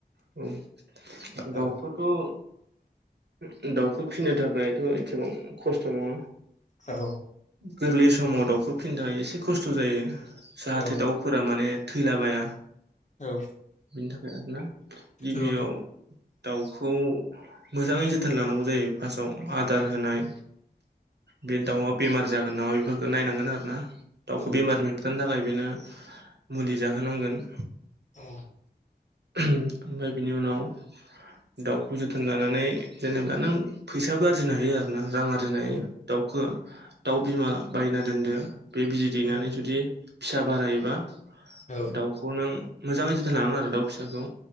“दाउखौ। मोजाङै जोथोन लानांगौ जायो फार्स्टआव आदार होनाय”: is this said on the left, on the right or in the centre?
Right